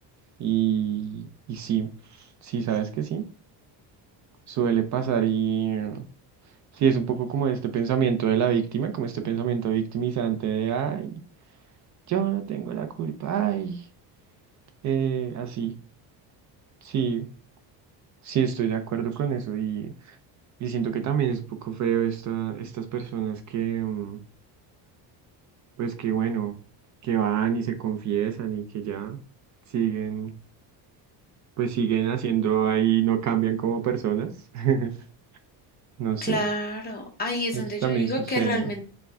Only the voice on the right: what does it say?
Y, y sí, sí, sabes que sí, suele pasar y eh, sí, es un poco como este pensamiento de la víctima, como este pensamiento victimizante de, ay, yo no tengo la culpa, ay, eh, así. Sí, sí, estoy de acuerdo con eso y, y siento que también es un poco feo esta, estas personas que... mm, pues que bueno, que van y se confiesan y que ya siguen, pues siguen haciendo ahí, no cambian como personas. <laughs> No
sé,
eso
también
sucede.